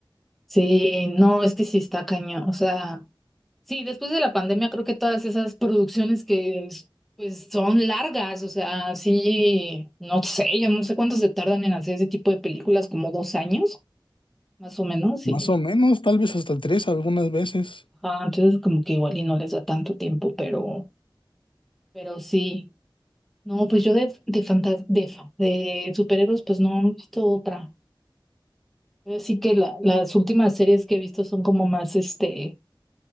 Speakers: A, in the centre; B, on the left.
A: Sí, no, es que sí está cañón. O sea, sí, después de la pandemia creo que todas esas producciones que pues son largas, o sea, sí, no sé, yo no sé cuánto se tardan en hacer ese tipo de películas, como dos años. más o menos,
B: Más
A: y
B: o menos, tal vez hasta tres algunas veces.
A: ajá, entonces como que igual y no les da tanto tiempo, pero, pero sí. No, pues yo de, de fantas- de, fa- de superhéroes, pues no, no he visto otra. Así que la- las últimas series que he visto son como más este